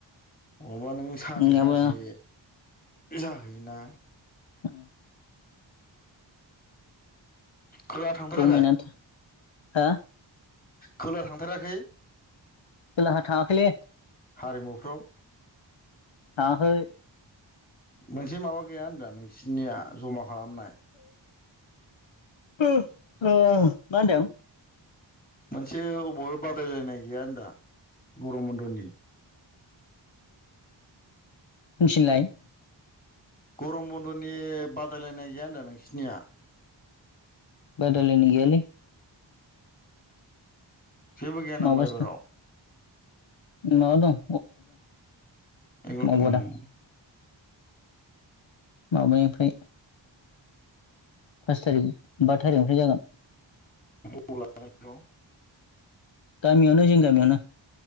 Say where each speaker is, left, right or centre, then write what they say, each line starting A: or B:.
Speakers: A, on the left; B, on the left.
A: अबा नों सानसे
B: नङाबा
A: सानसे जाहैयोना
B: उम
A: खोला थांफेराखै
B: जमायनानै हा
A: खोला थांथाराखै
B: खोलाहा थाङाखैलै
A: हारिमुफ्राव
B: थाङाखै
A: मोनसे माबा गैया होनदो आं नोंसिनिया जमा खालामनाय
B: ओ ओ मा होनदों
A: मोनसे अबेवहाय बादायलायनाय गैया होनदा गरम बन्दनि
B: उनसिनलाय
A: गरम बन्दनि बादायलायनाय गैया होनदो नोंसिनिया
B: बायलायनाय गैयालै
A: जेबो गैया नमा
B: माबासो
A: एबाराव
B: दं <unintelligible> दं
A: <unintelligible>
B: मावबादा माबानिफ्राय पास थारिख बा थारिखनिफ्राय जागोन
A: <inaudible>
B: गामियावनो जों गामियावनो